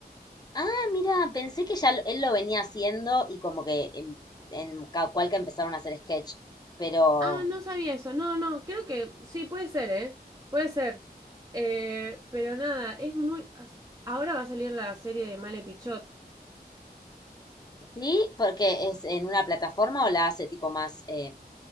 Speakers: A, on the left (about 25°); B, on the right (about 20°).
A: Ah, mira, pensé que ya lo- él lo venía haciendo y como que en, en ca- cual que empezaron a hacer sketch, pero
B: Ah, no sabía eso. No, no, creo que sí, puede ser, ¿eh? Puede ser. Eh, pero nada, es muy. as- Ahora va a salir la serie de Male Pichot.
A: sí, porque es en una plataforma o la hace tipo más eh,